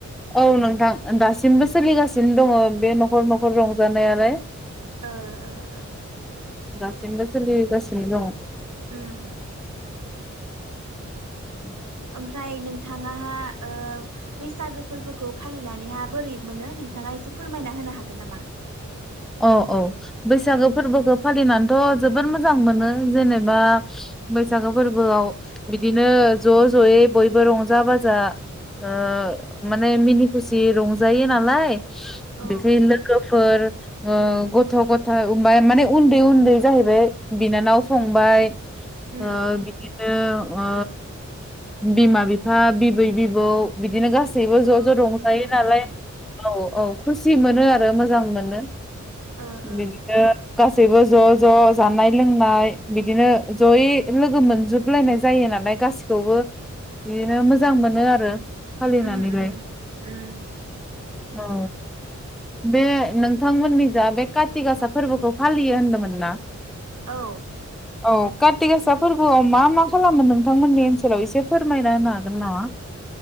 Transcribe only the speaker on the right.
ओ ओ ओ।
उम।
ओमफ्राय नोंथाङाहा ओ बैसागो फोरबोखौ फालिनानैहा बोरै मोनो नोंथाङा एसे फोरमायना होनो हागोन नामा?
औ
उम
औ
नोंथां
ओ
ओ
ओ
उम उम उम।
औ।